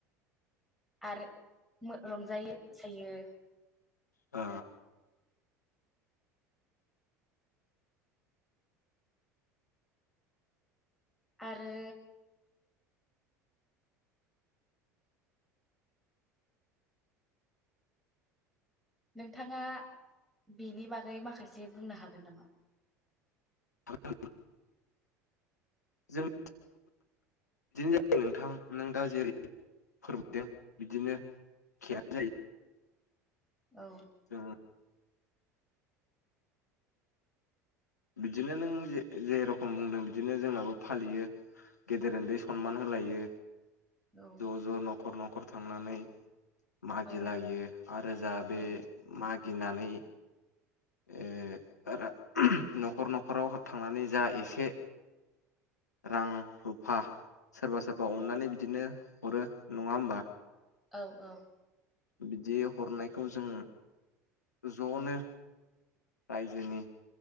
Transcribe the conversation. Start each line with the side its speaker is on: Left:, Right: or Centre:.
Centre: आरो रंजायो मोसायो
Left: ओ
Centre: आरो नोंथाङा बेनि बागै माखासे बुंनो हागोन नामा
Left: <unintelligible> बिदिनो जायो नोंथां नों दा जेरै फोरमायदों बिदिनो एखेयानो
Centre: औ औ
Left: ओ बिदिनो नों जेरखम बुंदों बिदिनो जोंनाबो फालियो गेदेर उन्दै सनमान होलायो
Centre: औ
Left: ज' ज' न'खर न'खर थांनानै मागिलायो
Centre: औ
Left: आरो जाहा
Centre: औ
Left: बे मागिनानै ओ <unintelligible> न'खर न'खराव थांनानै जा एसे रां रुफा सोरबा सोरबा अननानै बिदिनो हरो नङा होमबा
Centre: औ औ
Left: बिदि हरनायखौ जों ज'नो रायजोनि